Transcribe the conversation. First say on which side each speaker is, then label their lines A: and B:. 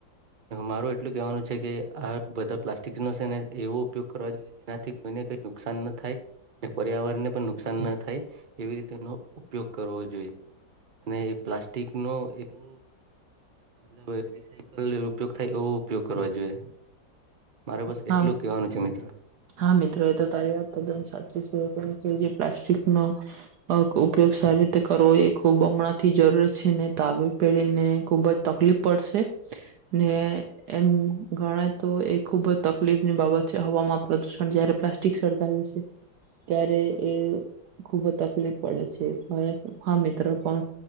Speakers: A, on the right; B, on the right.
A: મારું એટલું કહેવાનું છે કે આ બધા પ્લાસ્ટિકનો છે ને એવો ઉપયોગ કરવા જોઈએ જેનાથી કોઈને કંઈ નુકસાન ન થાય પર્યાવરણને પણ નુકસાન ન થાય એવી રીતે એનો ઉપયોગ કરવો જોઈએ અને એ. પ્લાસ્ટિક નો એવો મતલબ રિસાયકલ ઉપયોગ થાય એવો ઉપયોગ કરવા જોઈએ. મારે બસ
B: હા
A: એટલું કહેવાનું છે મિત્ર.
B: હા મિત્રો એ તો તારી વાત તદ્દન સાચી છે કેમ કે જે પ્લાસ્ટિકનો ઉપયોગ સારી રીતે કરવો એ ખૂબ હમણાં થી જરૂર છે તાગવી પહેડીને ખુબ જ તકલીફ પડશે ને એમ ગણાય તો એ ખૂબ જ તકલીફની બાબત છે હવામાં. પ્રદુષણ જયારે પ્લાસ્ટિક સળગાવ્યું છે ત્યારે એ ખુબ જ તકલીફ પડે છે હા મિત્રો પણ